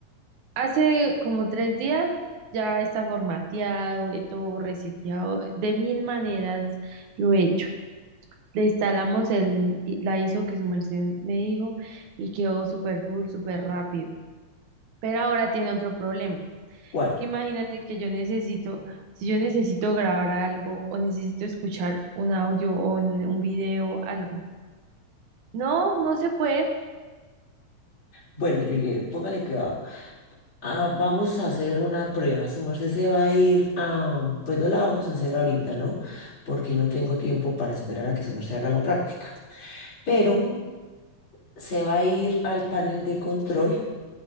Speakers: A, on the right; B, on the left.
A: Hace como tres días ya está formateado y todo reseteado. De mil maneras lo he hecho. Le instalamos el, i- la ISO que su merced me dijo y quedó súper full, súper rápido. Pero ahora tiene otro problema.
B: ¿Cuál?
A: que Imagínate que yo necesito, si yo necesito grabar algo o necesito escuchar un audio o un, un video, algo. No, no se puede.
B: Bueno, Juliet, póngale cuidado. Ah, vamos a hacer una prueba. Su merced se va a ir a... Pues no la vamos a hacer ahorita, ¿no? Porque no tengo
A: Sí,
B: tiempo para esperar a que su merced haga la práctica. Pero
A: ujú,
B: se va a ir al panel de control